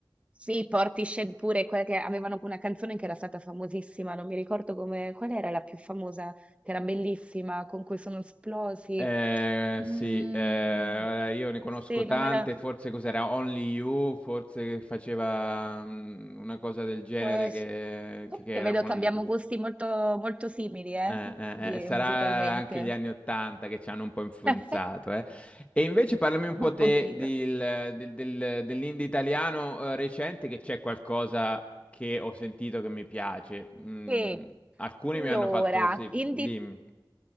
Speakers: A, on the right; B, on the left.
A: sì, Portishead pure, quella che avevano una canzone che era stata famosissima, non mi ricordo come, qual era la più famosa, che era bellissima, con cui sono esplosi.
B: Eh,
A: Mm,
B: sì, eh, io ne conosco
A: sì, non
B: tante,
A: me la...
B: forse cos'era Only You, forse che faceva mm, una cosa del genere
A: Quest...
B: che,
A: Comunque
B: che- che era
A: vedo
B: una
A: che
B: delle
A: abbiamo
B: più...
A: gusti molto, molto simili, eh,
B: Eh,
A: di-
B: eh, eh, sarà
A: musicalmente.
B: anche gli anni Ottanta che ci hanno un po' influenzato.
A: <laughs>
B: eh. E invece parlami un po'
A: Un
B: te
A: pochino.
B: del- del- del- dell'indie italiano eh, recente, che c'è qualcosa che ho sentito che mi piace. Mm,
A: Sì,
B: alcuni
A: allora,
B: mi hanno fatto... Sì,
A: indie
B: dimmi.